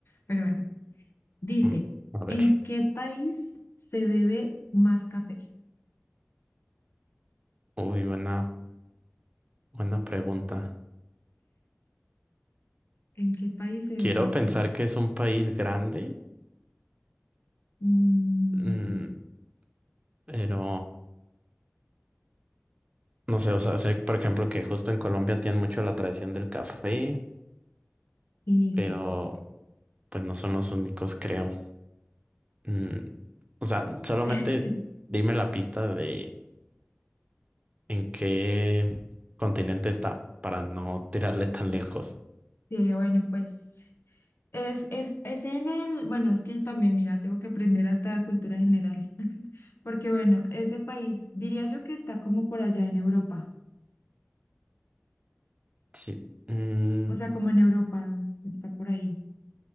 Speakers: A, on the left (about 60°); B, on the right (about 30°).
A: Pero bueno, dice,
B: Mm, A ver.
A: ¿en qué país se bebe más café?
B: Uy, buena, buena pregunta.
A: ¿En qué país se bebe
B: Quiero
A: más
B: pensar
A: café?
B: que es un país grande,
A: Mm,
B: mm, pero no sé, o sea, sé, por ejemplo, que justo en Colombia tienen mucho la tradición del café,
A: Sí,
B: pero
A: sí, sí, sí.
B: pues no son los únicos, creo. Mm, o sea, solamente
A: <laughs>
B: dime la pista de en qué continente está para no tirarle tan lejos.
A: Sí, bueno, pues es, es, es en el, bueno, es que yo también, mira, tengo que aprender hasta cultura general, <laughs> porque bueno, ese país diría yo que está como por allá en Europa,
B: Sí, mm,
A: o sea, como en Europa, está por ahí.